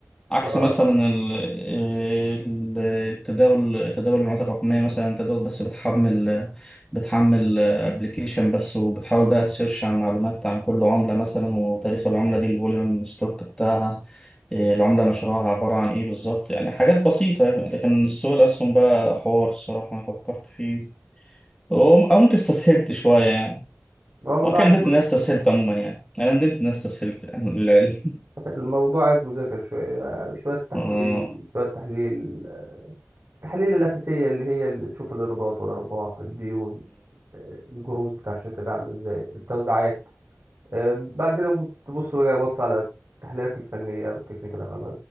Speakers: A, on the left; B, on the right.
A: عكس
B: اه
A: مثلا ال- ال- التداول تداول العملات الرقمية مثلا انت دوك بس بتحمل بتحمل ابلكيشن بس وبتحاول بقى تسيرش عن معلومات عن كل عملة مثلا وتاريخ العملة دي الفوليوم ستوك بتاعها إيه، العملة مشروعها عبارة عن ايه بالظبط يعني حاجات بسيطة يعني لكن السوق الأسهم بقى حوار الصراحة أنا فكرت فيه وم- أو ممكن استسهلت شوية يعني
B: هو الموضوع
A: وأكيد
B: عايز
A: ندمت
B: <laughs>
A: إن أنا استسهلت عموما يعني أنا ندمت إن أنا استسهلت يعني لله
B: الموضوع عايز مذاكرة شوية آه، شوية تحليل
A: <laughs> آه.
B: شوية تحليل التحاليل الأساسية اللي هي اللي تشوف الإيرادات والأرباح الديون آه، الجروز بتاع الشركة ده عامل إزاي التوزيعات آه، بعد كده ممكن تبص بقى بص على التحليلات الفنية والتكنيكال أناليز